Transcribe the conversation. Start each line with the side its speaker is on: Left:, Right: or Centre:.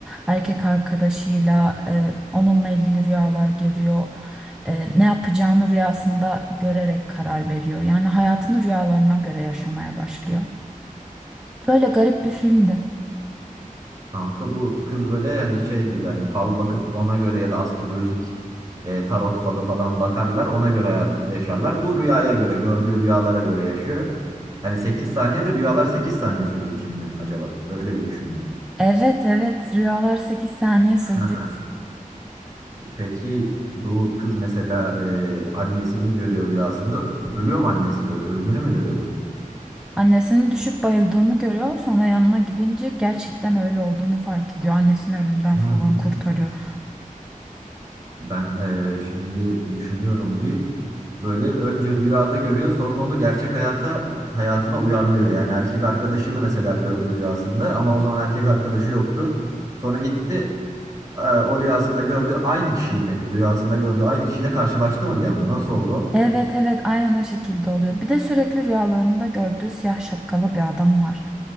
Centre: Erkek arkadaşıyla e, onunla ilgili rüyalar görüyor. E, ne yapacağını rüyasında görerek karar veriyor. Yani hayatını rüyalarına göre yaşamaya başlıyor. Böyle garip bir filmdi.
Right: Kanka bu kız böyle yani şey gibi hani fal bakıp ona göre ya da astrolojik e, tarot falı falan bakarlar ona göre hayatı yaşarlar. Bu rüyaya göre gördüğü rüyalara göre yaşıyor. Hani 8 saniyede rüyalar 8 saniye sürdüğü için mi acaba? Öyle bir düşündüm.
Centre: Evet evet rüyalar sekiz saniye sürdü.
Right: Ha, peki bu kız mesela e, annesini görüyor rüyasında. Ölüyor mu annesi? Ö- öldüğünü mü görüyordu?
Centre: Annesinin düşüp bayıldığını görüyor. Sonra yanına gidince gerçekten öyle olduğunu fark ediyor. Annesini ölümden
Right: Hmm.
Centre: falan kurtarıyor.
Right: Ben eee, şimdi düşünüyorum bir böyle önce rüyada görüyor sonra onu gerçek hayata hayatına uyarlıyor. Yani erkek arkadaşını mesela gördü rüyasında ama o zaman erkek arkadaşı yoktu. Sonra gitti eee, o rüyasında gördüğü aynı kişiyi mi rüyasında gördüğü aynı kişiyle karşılaştı mı bir anda nasıl oldu?
Centre: Evet evet aynen o şekilde oluyor. Bir de sürekli rüyalarında gördüğü siyah şapkalı bir adam var.